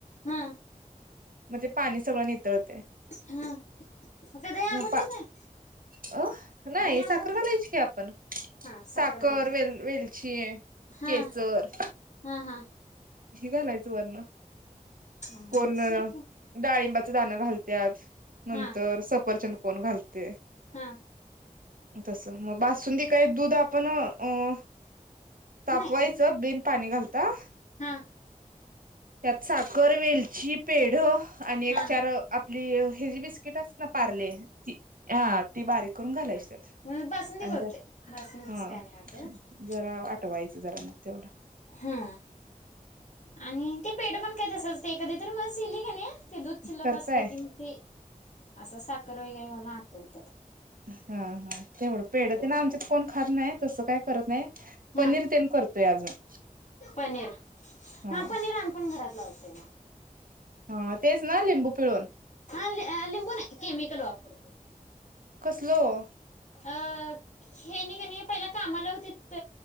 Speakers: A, on the left; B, on the right.
A: हा.
B: म्हणजे पाणी सगळं नितळतय.
A: हा मग ते दही आंबट
B: पा
A: होईत नाही?
B: अ नाही
A: दही आंबट
B: साखर घालायची की आपण
A: हा साखर
B: सा कर
A: घालाय
B: वेल वेलची आहे
A: हा
B: केसर.
A: हा हा
B: ही घालायचं वरन
A: हा
B: कोण
A: श्रीखंड
B: डाळिंबाचं दाणं घालत्यात नंतर
A: हा
B: सफरचंद कोण घालतय.
A: हा
B: तसं मग बासुंदी काय दूध आपण अ.. तापवायचं
A: नाही
B: बिन पाणी घालता.
A: हा.
B: त्यात साखर, वेलची, पेढं आणि एक,
A: हा
B: चार आप ली हेजी बीच बिस्किट असतात ना पारले ती हा ती बारीक करून घालायच
A: हा
B: त्यात,
A: मी बासुंदी
B: आणि
A: करतोय
B: ज
A: बासुंदीच
B: हा
A: काय नाही वाटत
B: जरा आठवायचं जरा मग तेवढं.
A: हा. आणि ते पेढ पण काय तसचं. ते कधी तर म्हस येली कणी ते दुध शिल्लक
B: करताय
A: असलं की मग ते असं सा कर वगैरे घालून आठवत्यात.
B: हा हा तेवढं पेढ, ते ना
A: सोडा
B: आमच्यात
A: कधी
B: कोण खात नाही, तसं काही करत नाय पनीर
A: हा
B: तेन करतोय अजून.
A: पनीर.
B: हा
A: हां पनीर आम्हीपण घरात लावतय म
B: हां. तेच ना लिंबू पिळून?
A: हां ह अ लिंबू नाही. केमिकल वापरतोय
B: कसलं वो?
A: अ, हेनीकणी पहिला कामाला होतीत